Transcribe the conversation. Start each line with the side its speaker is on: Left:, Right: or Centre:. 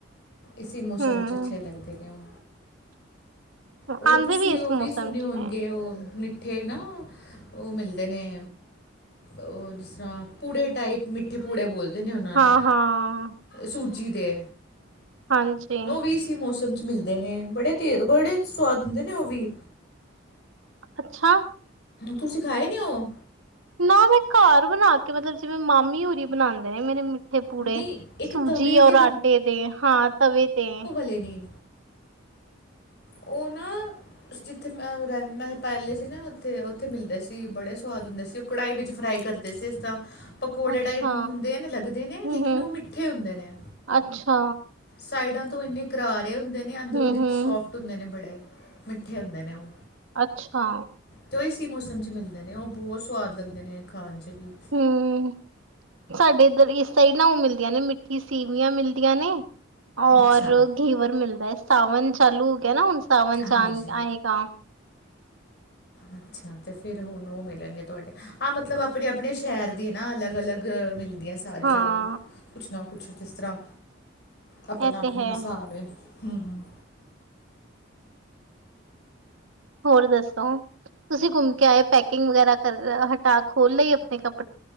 Left: ਇਸੀ ਮੌਸਮ
Right: ਹਮ
Left: 'ਚ ਅੱਛੇ ਲਗਦੇ ਨੇ ਉਹ, ਹੋਰ
Right: ਆਉਂਦੇ
Left: ਤੁਸੀਂ
Right: ਇਸ
Left: ਉਹ
Right: ਮੌਸਮ
Left: ਵੀ ਸੁਣੇ
Right: ਚ
Left: ਹੋਣਗੇ
Right: ਨੇ
Left: ਉਹ ਮਿੱਠੇ ਨਾ ਉਹ ਮਿਲਦੇ ਨੇ ਉਹ ਜਿਸ ਤਰ੍ਹਾਂ ਪੂੜੇ ਟਾਈਪ ਮਿੱਠੇ ਪੂੜੇ ਬੋਲਦੇ ਨੇ ਉਹਨਾਂ ਨੂੰ
Right: ਹਾਂ ਹਾਂ
Left: ਸੂਜੀ ਦੇ
Right: ਹਾਂਜੀ।
Left: ਉਹ ਵੀ ਇਸੀ ਮੌਸਮ 'ਚ ਮਿਲਦੇ ਨੇ ਬੜੇ ਤੇਜ ਬੜੇ ਸਵਾਦ ਹੁੰਦੇ ਨੇ ਉਹ ਵੀ
Right: ਅੱਛਾ।
Left: ਤੁਸੀਂ ਖਾਏ ਨੇ ਔ
Right: ਨਾ ਮੈਂ ਘਰ ਬਣਾ ਕੇ ਮਤਲਬ ਜਿਵੇਂ ਮਾਮੀ ਉਰੀ ਬਣਾਉਂਦੇ ਨੇ ਮੇਰੇ ਮੀਠੇ ਪੂੜੇ
Left: ਨਹੀਂ ਇੱਕ
Right: ਸੂਜੀ
Left: ਤਵੇ
Right: ਔਰ
Left: 'ਤੇ
Right: ਆਟੇ ਦੇ ਹਾਂ ਤਵੇ ਤੇ
Left: ਤੇ ਨਹੀਂ ਉਹ ਨਾ ਅਸੀਂ ਜਿੱਥੇ ਰਹਿੰਦੇ ਮੈਂ ਪਹਿਲੇ ਸੀ ਨਾ ਉੱਥੇ ਉੱਥੇ ਮਿਲਦੇ ਸੀ ਬੜੇ ਸਵਾਦ ਹੁੰਦੇ ਸੀ। ਉਹ ਕੜਾਹੀ ਵਿੱਚ ਫਰਾਈ ਕਰਦੇ <unintelligible> ਤਾਂ ਪਕੌੜੇ
Right: ਅੱਛਾ
Left: ਟਾਈਪ ਹੁੰਦੇ ਲੱਗਦੇ ਨੇ
Right: ਹਮ
Left: ਲੇਕਿਨ
Right: ਹਮ
Left: ਉਹ ਮਿੱਠੇ ਹੁੰਦੇ ਨੇ
Right: ਅੱਛਾ
Left: ਸਾਈਡਾਂ ਤੋਂ ਇੰਨੇ ਕਰਾਰੇ ਹੁੰਦੇ ਨੇ ਅੰਦਰੋਂ
Right: ਹਮ
Left: ਦੀ
Right: ਹਮ
Left: ਸੋਫਟ ਹੁੰਦੇ ਨੇ ਬੜੇ ਮਿੱਠੇ ਹੁੰਦੇ ਨੇ ਉਹ
Right: ਅੱਛਾ।
Left: ਤੇ ਉਹ ਇਸ ਮੌਸਮ 'ਚ ਮਿਲਦੇ ਨੇ ਉਹ ਬਹੁਤ ਸਵਾਦ ਲੱਗਦੇ ਨੇ ਖਾਣ 'ਚ ਵੀ
Right: ਹੂ,,, ਸਾਡੇ ਇੱਧਰ ਇਸ ਸਾਈਡ ਨਾ ਉਹ ਮਿਲਦੀਆਂ ਨੇ ਮਿੱਠੀ ਸੀਵੀਆਂ ਮਿਲਦੀਆਂ ਨੇ ਔਰ
Left: ਅੱਛਾ
Right: ਘੀਵਰ ਮਿਲਦਾ ਹੈ ਸਾਵਨ ਚਾਲੂ ਹੋ ਗਿਆ ਨਾ ਹੁਣ ਸਾਵਨ ਚਾਨ
Left: ਹਾਂਜੀ
Right: ਆਏਗਾ।
Left: ਅੱਛਾ ਤੇ ਫਿਰ ਹੁਣ ਉਹ ਮਿਲਣਗੇ ਤੁਹਾਡੇ ਆਹ ਮਤਲਬ ਆਪਣੇ ਆਪਣੇ ਸ਼ਹਿਰ ਦੀ ਨਾ ਅਲੱਗ, ਅਲੱਗ ਮਿਲ ਜ ਸਾਰੀ
Right: ਹਾਂ
Left: ਜਗਾ ਕੁਛ ਨਾ ਕੁਛ ਜਿਸ ਤਰ੍ਹਾਂ ਆਪਣਾ
Right: ਇਹ
Left: ਆਪਣਾ
Right: ਤੇ ਹੈ
Left: ਹਿਸਾਬ ਹੈ ਹੂ ਹੂ
Right: ਹੋਰ ਦੱਸੋ ਤੁਸੀਂ ਘੁੰਮ ਕੇ ਆਏ ਪੈਕਿੰਗ ਵਗੈਰਾ ਕਰ ਹਟਾ ਖੋਲ ਲਈ ਆਪਣੇ ਕੱਪ